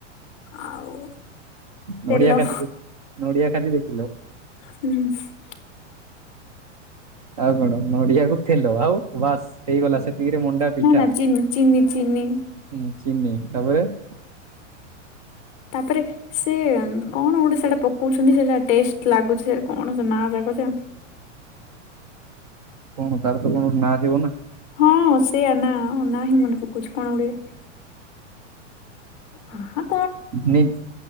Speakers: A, on the left; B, on the right.
A: ଆଉ ତେଲ।
B: ନଡିଆ କାଟିକି ନଡିଆ ଖାଲି ଦେଖିଲ
A: ହୁଁ।
B: ଆଉ କଣ ନଡିଆକୁ ତେଲ ଆଉ ବାସ୍। ହେଇଗଲା ସେତିକିରେ ମଣ୍ଡା ପିଠା
A: ନା ନା ଚିନି
B: ହୁଁ
A: ଚିନି ଚିନି
B: ଚିନି ତାପରେ। <inaudible>
A: ତାପରେ। ସେ କଣ ଗୋଟେ ସେଟା ପକଉଛନ୍ତି ସେଟା ଟେଷ୍ଟ ଲାଗୁଛି ସେ କଣ ସେ ନାଁ ଟା କହୁଛ
B: କଣ ତାର ତ କଣ ଗୋଟେ ନାଁ ଥିବ ନା।
A: ହଁ ସେଇଆ ନା ନା ହିଁ ମନେ ପକଉଛି କଣ ଗୋଟେ। ହାଁ ହା
B: ନିଜ